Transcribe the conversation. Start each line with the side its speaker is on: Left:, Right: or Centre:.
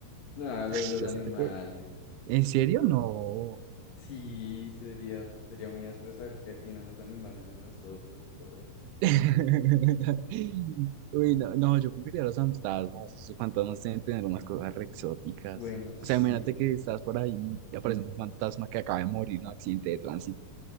Left: No, lo
Right: Ush,
Left: de los
Right: Yo
Left: animales.
Right: siento que... ¿En serio? No.
Left: Sí, sería, sería muy áspero saber qué opinan los animales de nosotros, todo.
Right: <laughs> Uy, no, no, yo preferiría los fantasmas. Los fantasmas deben tener unas cosas re exóticas.
Left: Bueno, sí.
Right: O sea, imagínate que estás por ahí y aparece un fantasma que acaba de morir en un accidente de tránsito.